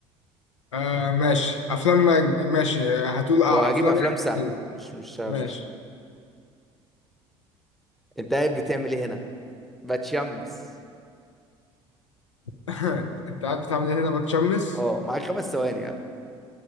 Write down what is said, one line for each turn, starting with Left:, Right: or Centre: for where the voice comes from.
Left: آه ماشي أفلام ماشي هتقول
Centre: وهجيب
Left: آه أفلام
Centre: افلام
Left: يعني
Centre: سهله
Left: إيه؟
Centre: مش مش مش
Left: ماشي
Centre: انت قاعد بتعمل ايه هنا بتشمس
Left: <laughs> أنت عارف بتعمل إيه هنا بتشمس
Centre: اه معاك خمس ثواني ها